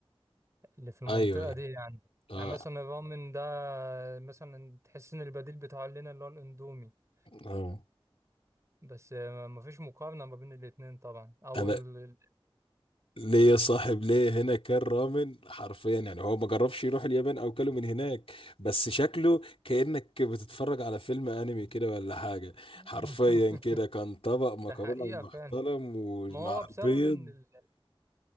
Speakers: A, on the right; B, on the left.
A: اللي في المنطقة
B: ايوه ايوه
A: دي يعني
B: اه
A: يعني مثلا الرامن ده آه، مثلا تحس إن البديل بتاعه لنا اللي هو الأندومي
B: اه
A: بس آه، مفيش مقارنة ما بين الاتنين طبعا أو
B: انا
A: ال... ال-
B: ليه يا صاحب ليه هنا كان رامن حرفيا يعني هو ما جربش يروح اليابان او كله من هناك بس شكله كأنك بتتفرج على فيلم انمي كده ولا حاجة
A: <laughs>
B: حرفيا كده كان طبق مكرونة
A: ده حقيقة
B: محترم
A: فعلا
B: ومع
A: ما هو بسبب
B: البيض
A: إن ال...